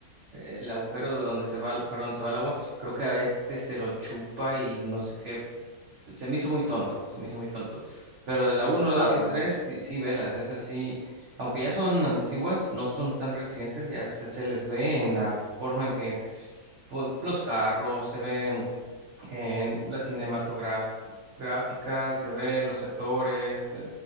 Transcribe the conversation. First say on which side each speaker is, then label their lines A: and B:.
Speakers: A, on the right; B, on the left.
A: eh, el agujero de donde se va, el- para donde se va el agua, creo que a este se lo chupa y no sé qué se me hizo muy tonto, se me hizo muy tonto. Pero de la uno la
B: Claro,
A: 2 y
B: claro,
A: 3,
B: sí, sí.
A: sí, sí, velas, esas sí, aunque ya son antiguas, no son tan recientes, ya se, se les ve en la forma en que pues, los carros, se ve en la cinematográfica se ve los actores, eh,